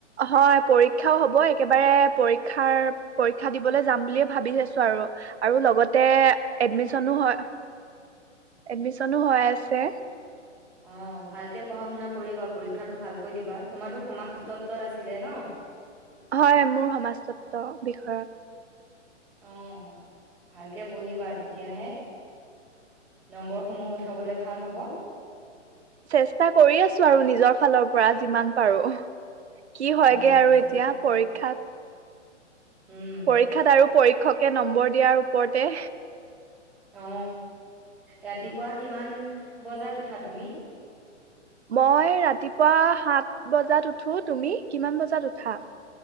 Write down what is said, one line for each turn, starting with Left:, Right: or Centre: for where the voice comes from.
Right: হয় পৰীক্ষাও হ'ব একেবাৰে পৰীক্ষা দিবলৈ যাম বুলি ভাবি আছো আৰু আৰু লগতে এডমিশ্যন হৈ আছে।
Centre: অ', ভালকে পঢ়া শুনা কৰিবা পৰীক্ষাটো ভালকৈ দিবা তোমাৰো সমাজ তত্বত আছিলে ন'।
Right: হয় মোৰ সমাজতত্বৰ বিষয়ত।
Centre: অ', ভালকে পঢ়িবা তেতিয়াহে নম্বৰসমূহ উঠাবলৈ ভাল হ'ব।
Right: চেষ্টা কৰি আছো আৰু নিজৰ ফালৰ পৰা যিমান পাৰো। কি হয়গে
Centre: অ',
Right: আৰু
Centre: চেষ্টা
Right: এতিয়া
Centre: কৰিবা
Right: পৰীক্ষাত।
Centre: উম,
Right: পৰীক্ষাত আৰু পৰীক্ষক নম্বৰ দিয়াৰ ওপৰতে
Centre: অ ৰাতিপুৱা কিমান বজাত উঠা তুমি
Right: মই ৰাতিপুৱা সাত বজাত উঠো তুমি কিমান বজাত উঠা?